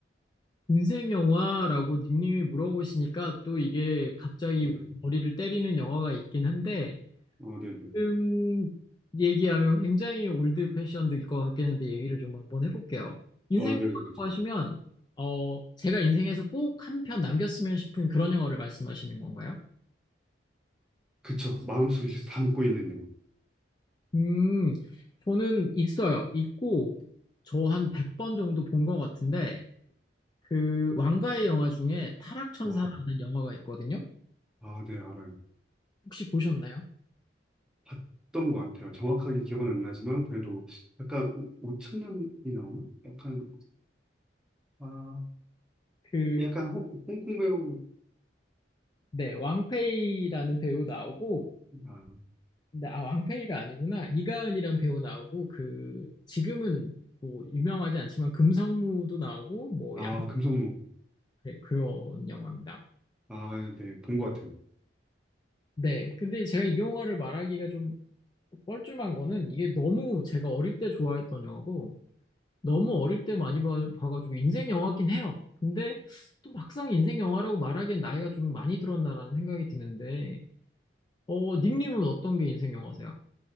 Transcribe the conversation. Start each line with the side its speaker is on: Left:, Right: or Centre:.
Left: 인생 영화라고 님님이 물어보시니까 또 이게 갑자기
Centre: 이런
Left: 머리를 때리는 영화가 있긴 한데
Centre: 어, 네네.
Left: 지금 얘기하면 굉장히 올드 패션들 것 같긴 한데 얘기를 좀 한번 해볼게요. 인생
Centre: 어,
Left: 영화라고
Centre: 네네.
Left: 하시면 어 제가 인생에서 꼭 한 편 남겼으면 싶은 그런 영화를 말씀하시는 건가요?
Centre: 그쵸. 마음속에 계속 담고 있는 영화.
Left: 음 저는 있어요. 있고 저 한 100번 정도 본 것 같은데 그 왕가의 영화 중에 타락천사라는
Centre: 와,
Left: 영화가 있거든요.
Centre: 아, 네, 알아요.
Left: 혹시 보셨나요?
Centre: 봤던 것 같아요. 정확하게 기억은 안 나지만 그래도 약간 5천 년이 나오나? 약간 아
Left: 그
Centre: 약간 홍, 홍콩 배우
Left: 네 왕페이라는 배우 나오고
Centre: 아,
Left: 근데 아 왕팽이가 아니구나. 이가은이란 배우 나오고 그 지금은 뭐 유명하지 않지만 금성무도 나오고 뭐양
Centre: 아 금성무
Left: 네, 그런 영화입니다.
Centre: 아네본 것 같아요.
Left: 네. 근데 제가 이 영화를 말하기가 좀 뻘쭘한 거는 이게 너무 제가 어릴 때 좋아했던 영화고 너무 어릴 때 많이 봐, 봐가지고 인생 영화긴 해요. 근데 또 막상 인생 영화라고 말하기엔 나이가 좀 많이 들었나라는 생각이 드는데 어 닉님은 어떤 게 인생 영화세요?